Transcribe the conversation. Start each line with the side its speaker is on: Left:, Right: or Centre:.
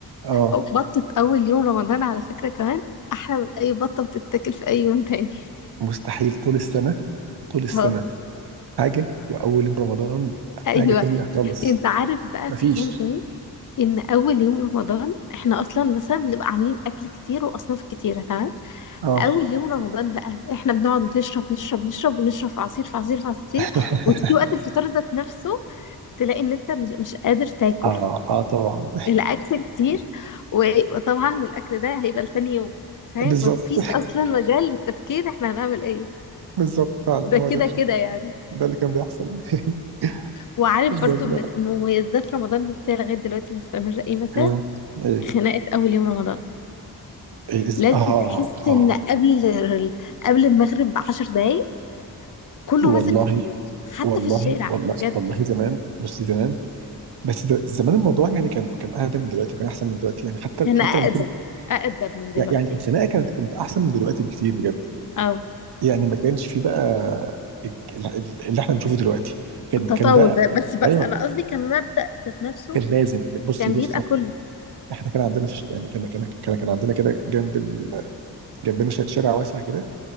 Right: اه
Left: أو بطه اول يوم رمضان على فكره كمان احلى من اي بطه بتتاكل في اي يوم تاني
Right: مستحيل طول السنه طول السنه
Left: اه
Right: حاجه واول يوم رمضان
Left: <laughs> ايوه
Right: حاجه تانية خالص
Left: انت عارف بقى
Right: مفيش
Left: في حين ايه ان اول يوم رمضان احنا اصلا مثلا بنبقى عاملين اكل كتير واصناف كتيره تمام
Right: اه
Left: اول يوم رمضان بقى احنا بنقعد نشرب نشرب نشرب ونشرب في عصير في عصير في عصير
Right: <laughs>
Left: وتيجي وقت الفطار ذات نفسه تلاقي ان انت مش مش قادر تاكل
Right: اه اه طبعا
Left: الاكل كتير و- وطبعا الاكل ده هيبقى لتاني يوم فاهم
Right: <laughs> بالظبط
Left: مفيش اصلا مجال للتفكير احنا هنعمل ايه
Right: <laughs> بالظبط فعلا
Left: ده
Right: هو
Left: كده
Right: ده
Left: كده يعني
Right: ده اللي كان بيحصل <laughs>
Left: وعارف
Right: بال-
Left: برضو من من مميزات رمضان ازاي لغايه دلوقتي مستمره ايه مثلا
Right: مم. ايه
Left: خناقه اول يوم رمضان
Right: إيه إز-
Left: لازم
Right: اه
Left: تحس
Right: اه
Left: ان قبل قبل المغرب ب 10 دقايق كله
Right: والله
Left: ماسك في كله حتى
Right: والله
Left: في الشارع
Right: والله
Left: بجد
Right: والله زمان بصي زمان بس ده زمان الموضوع يعني كان كان اهدى من دلوقتي وكان احسن من دلوقتي يعني حتى
Left: كان
Right: حتى
Left: أقدم
Right: لما كنت
Left: أقدم من دلوقتي
Right: يعني الخناقه كانت كانت احسن من دلوقتي بكتير بجد
Left: اه
Right: يعني ما كانش في بقى ال- ال- اللي احنا بنشوفه دلوقتي كان
Left: التطاول
Right: كان بقى
Left: ده بس بقى
Right: ايوه
Left: أنا قصدي كان مبدأ ذات نفسه
Right: كان لازم بصي
Left: كان
Right: بص
Left: بيبقى كله
Right: احنا كان عندنا في يعني كان كان كان كان عندنا كده جنب ال... جنبنا ش- شارع واسع كده